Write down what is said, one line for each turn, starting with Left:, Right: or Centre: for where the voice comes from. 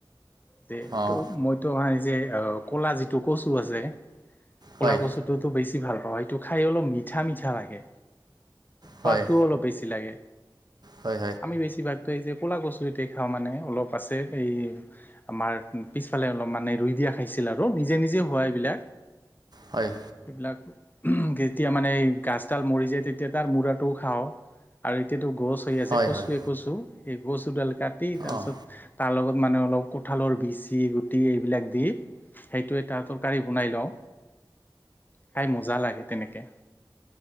Left: যে
Right: অঁ
Left: মইতো ভাই যে, অহ ক'লা যিটো কচু আছে ক'লা
Right: হয়
Left: কচুটোতো বেছি ভাল পাওঁ, সেইটো খাই অলপ মিঠা মিঠা লাগে।
Right: হয়
Left: পাতো অলপ বেছি লাগে।
Right: হয়
Left: আমি বেছিভাগতো এই যে ক'লা কচু এতে খাওঁ মানে অলপ আছে এই আমাৰ পিছফালে অলপ মানে ৰুই দিয়া খাইছিল আৰু নিজে নিজে হোৱা এইবিলাক।
Right: হয় হয়
Left: সেইবিলাক যেতিয়া মানে গাছডাল মৰি যায় তেতিয়া তাৰ মূৰাটোও খাওঁ আৰু এতিয়া এইটো গছ হৈ আছে
Right: হয়
Left: কচুৱে
Right: হয়
Left: কচু। এই গছোডাল কাটি, তাৰ
Right: অঁ
Left: পিছত তাৰ লগত মানে অলপ ক কঁঠালৰ বিচি, গুটি এইবিলাক দি সেইটো এটা তৰকাৰী বনাই লওঁ। খাই মজা লাগে তেনেকে।